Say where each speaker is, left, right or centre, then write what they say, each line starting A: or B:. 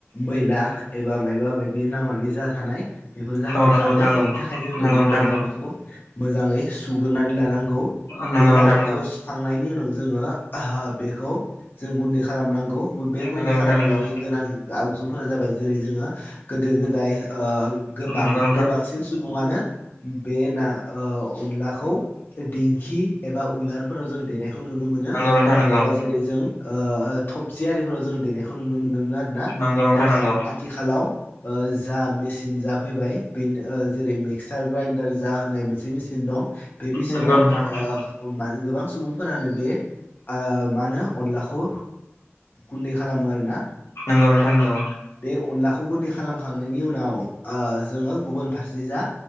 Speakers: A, on the left; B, on the left.
A: मैला एबा मायबा मायबि नांनानै जा थानाय बेफोरो जाहाथे
B: औ नंगौ
A: खारो
B: नोंथां
A: बेनि थाखाय जोंनो गिबियावनो
B: नंगौ
A: बेखौ मोजाङै सुग्रोनानै लानांगौ बे
B: नंगौ नोंथां
A: माइरंखौ
B: नंगौ
A: सुखांनायनि उनाव जोङो बेखौ जों गुन्दै खालामनांगौ बे गुन्दै
B: नंगौ नोंथां
A: खालामनाय
B: नंगौ
A: गोनां आगजुफोरा जाबाय जेरै जोङो गोदो गोदाय गोबां
B: नंगौ
A: गोबांसिन सुबुङानो बे ना ओ अनलाखौ दिंखि एबा उलारफोराव जों देनायखौ नुनो मोनो
B: नोंथां
A: नङाबा
B: नंगौ
A: जेरै जों ओ ओ थप सि आरिफोराव जों देनायखौ नुनो मोन्दोंमोन आरो ना
B: नंगौ नोंथां नंगौ नोंथां
A: नाथाय
B: नंगौ
A: आथिखालाव जा मेसे चिन जा फैबाय बेनो जेरै मिक्सार ग्राइडार जा होननाय मोनसे मेचिन दं बे मिशिनाव
B: नंगौ नोंथां नंगौ
A: ओ गोबां सुबुंफोरानो बे आं मा होनो अनलाखौ गुन्दै खालामो आरोना।
B: नंगौ नोंथां नंगौ
A: बे अनलाखौबो गुनदै खालाम खांनायनि उनाव जोङो गुबुन फारसे जा